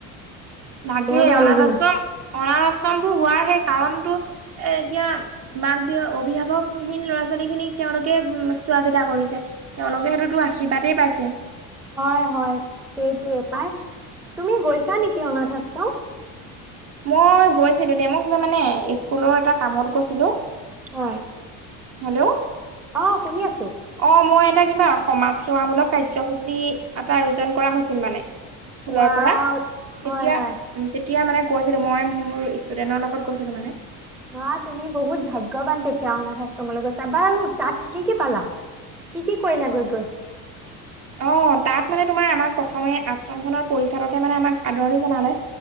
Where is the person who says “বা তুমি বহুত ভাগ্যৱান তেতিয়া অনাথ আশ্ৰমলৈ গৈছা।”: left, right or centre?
Centre